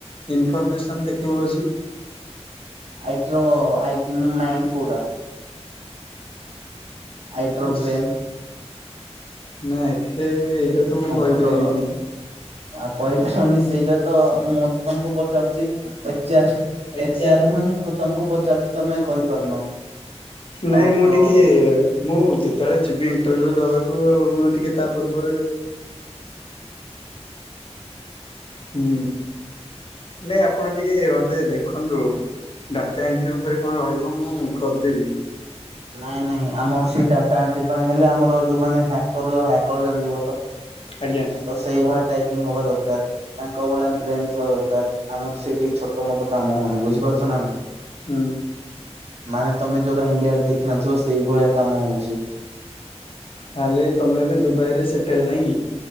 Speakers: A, on the left; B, on the right.
A: Information technology.
B: ଆଇ ଟି ର ଆଇ କ୍ୟୁ ମାଇଣ୍ଡ କୋଉଟା? ଆଇଟ୍ରୋବ୍ରେନ୍।
A: ବାସ୍ ନା ଏତେ ଏଇଟା ତ ମୁଁ
B: କମ୍ପ୍ୟୁଟର
A: କହିପାରିବିନି।
B: ର
A: <unintelligible>
B: ଆଉ କହିପାରିବନି
A: ଏଚ
B: ସେଇଟା ତ
A: ଆର୍
B: ମୁଁ ତ ତମକୁ ପଚାରୁଛି H R
A: H
B: H
A: ଆର୍।
B: R
A: <unintelligible>
B: ନୁହେଁ ମୁଁ ତମକୁ ପଚାରୁଛି ତମେ କହିପାରୁନ
A: ନାଇଁ
B: ଆଉ
A: ମୁଁ
B: ତ
A: ଟିକେ ମୁଁ ଯେତେବେଳେ ଯିବି ଇଣ୍ଟରଭି୍ୟୁ ଦବାକୁ କୁ ମୁଁ ଟିକେ ତା ପୂର୍ବରୁ ଇଏ କରି ହୁଁ ନାଇଁ ଆପଣ ଟିକେ ମତେ ଦେଖନ୍ତୁ। ଡାଟା ଏଣ୍ଟ୍ରି ଉପରେ କଣ ରହିବ ମୁଁ କରିଦେବି।
B: ନାଇଁ ନାଇଁ ଆମର ସେଇ ଡାଟା ଏଣ୍ଟ୍ରି ପାଇଁ ହେଲେ ଆମର ଯୋଉମାନେ ହ୍ୟାକର ହ୍ୟାକର ଜାଣିିଥିବ ତ?
A: ଆଜ୍ଞା
B: ତ ସେଇଭଳିଆ ଟାଇପିଙ୍ଗ ହବା ଦରକାର ତାଙ୍କ ଭଳିଆ ବ୍ରେନ ଥିବା ଦରକାର ଆମର ସେଇଠି ଛୋଟ ମୋଟ କାମ ହଉନି ବୁଝିପାରୁଛ ନା ନାଇଁ।
A: ହୁଁ।
B: ମାନେ ତମେ ଯଉରା ଇଣ୍ଡିଆରେ ଦେଖିନଥିବ ସେଇଭଳିଆ କାମ ହଉଛି।
A: ତାହେଲେ ତମେ ଏବେ ଦୁବାଇ ରେ ସେଟେଲ ନାଇଁ କି?